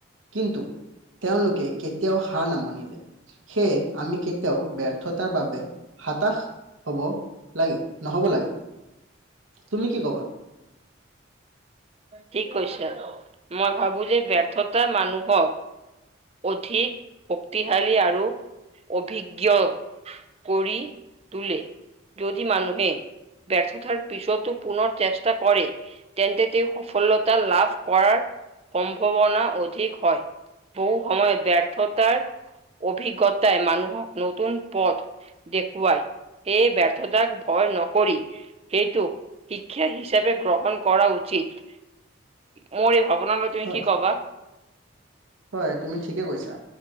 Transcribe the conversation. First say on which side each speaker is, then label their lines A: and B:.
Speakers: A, on the right (about 75°); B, on the right (about 30°).
A: কিন্তু, তেওঁলোকে কেতিয়াও হাৰ নামানিলে। সেয়ে আমি কেতিয়াও ব্যৰ্থতাৰ বাবে, হাতাশ হ'ব লাগে, নহব লাগে, তুমি কি কবা?
B: ঠিক কৈছা, মই ভাবো যে ব্যৰ্থতা মানুহক- অধিক শক্তিশালী আৰু, অভিজ্ঞ কৰি তোলে, যদি মানুহে, ব্যৰ্থতাৰ পিছতো পুনৰ চেষ্টা কৰে। তেন্তে তেওঁ সফলতা লাভ কৰাৰ, সম্ভাৱনা অধিক হয়। বহু সময়ত ব্যৰ্থতাৰ, অভিজ্ঞতাই মানুহক নতুন পথ দেখুৱাই, সেই ব্যৰ্থতাক ভয় নকৰি- সেইটোক, শিক্ষা হিচাপে গ্ৰহণ কৰা উচিত মোৰ এই ভাৱনাটো তুমি
A: হয়,
B: কি কবা।
A: হয় তুমি ঠিকে কৈছা।